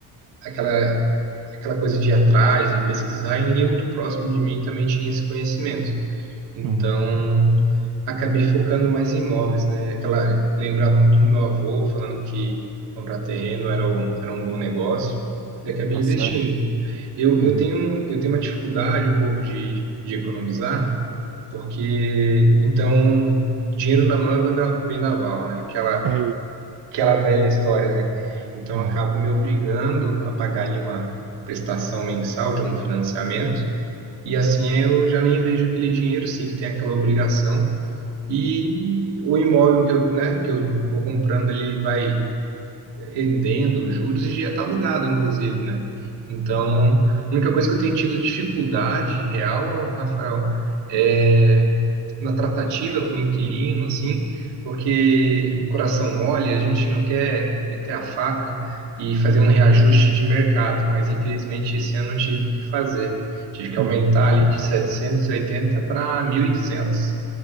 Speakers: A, on the right (about 85°); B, on the right (about 55°).
A: aquela aquela coisa de ir atrás e pesquisar, e ninguém muito próximo de mim também tinha esse conhecimento. Então,
B: uhum,
A: acabei focando mais em imóveis, né? Aquela, lembrava muito do meu avô falando que comprar terreno era um, era um bom negócio, e acabei
B: tá
A: investindo.
B: certo.
A: Eu,
B: Uhum.
A: eu tenho, um- eu tenho uma dificuldade um pouco de, de economizar, porque, então, dinheiro na mão é venda- vendaval, né? Aquela,
B: Ei,
A: aquela velha história, né? Então,
B: é,
A: eu acabo me obrigando a pagar ali uma prestação mensal de um financiamento, e assim eu já nem vejo aquele dinheiro, sei que tem aquela obrigação. E o imóvel que eu, né, que eu vou comprando, ele vai rendendo juros e já está alugado, inclusive, né? Então, a única coisa que eu tenho tido dificuldade real, Rafael, é na tratativa com o inquilino, assim, porque coração mole, a gente não quer meter a faca e fazer um reajuste de mercado, mas infelizmente esse ano eu tive que fazer. Tive que aumentar
B: uhum.
A: ali de 780 para 1.200